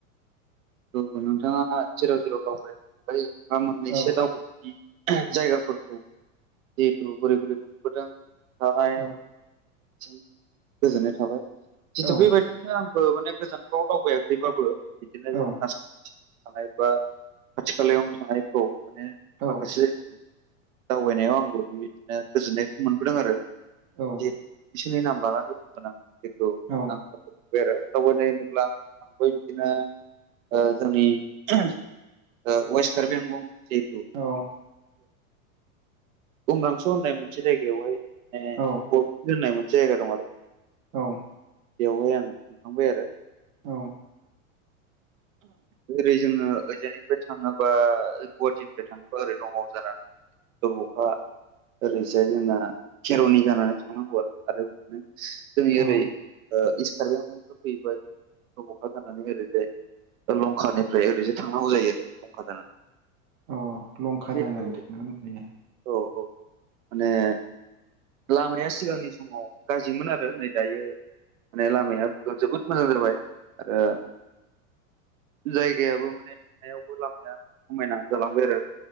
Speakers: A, on the right; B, on the right.
A: औ नोंथाङा जेराव जेराव दावबायहैबाय नोंथाङा मोननैसो
B: औ
A: दावबायनायनि जायगाफोरखौ जिहेथु बोरै बोरै मोनबोदों बेहाय
B: औ
A: सि गोजोननाय थाबाय जितु
B: औ
A: बेबायदिनो आंबो माने गोजान दावबायाखैबाबो बिदिनो
B: औ
A: जो आसाम थानाय बा खाथि खालायावनो थानायखौ माने
B: औ
A: माखासे जायगाखौ दावबायनायाव आंबो बेबायदिनो गोजोननायखौ मोनबोदों आरो।
B: औ
A: जिहेथु बिसोरनि नाम लानानै बुंगोन आं बेेखौ
B: औ
A: आं बे आरो दाववबायनाय होनोब्ला आं थांबाय बिदिनो ओ जोंनि वेस्ट कार्बि आंलं जिहेथु।
B: औ
A: गुमदांस' होननाय मोनसे जायगायावहाय
B: औ
A: गफि होननाय मोनसे जायगा दं आरो।
B: औ
A: बेवहाय आं थांखांबाय आरो।
B: औ
A: ओरै जोङो ओइजायनिफ्राय थाङोबा गुवाहाटिनिफ्राय थाङोबा ओरै नगाव जानानै। अब'खा ओरैसाय जोंना खेर'निजानानै थांनांगौ आरो। जों ओरै
B: औ
A: ओ इस कार्बि आंलं निफ्राय फैयोबा अब'खा जानानै ओरैजाय लंकानिफ्राय ओरैसो थांनांगौ जायो आरो लंका जानानै।
B: अ लंका
A: जिहेथु
B: जानानै थांनांगौ जायो।
A: औ औ माने लामाया सिगांनि समाव गाज्रिमोन आरो नै दायो माने लामाया जोबोद मोजां जाबाय आरो जायगायाबो माने थानायावबो लामाया समायना जालांबाय आरो।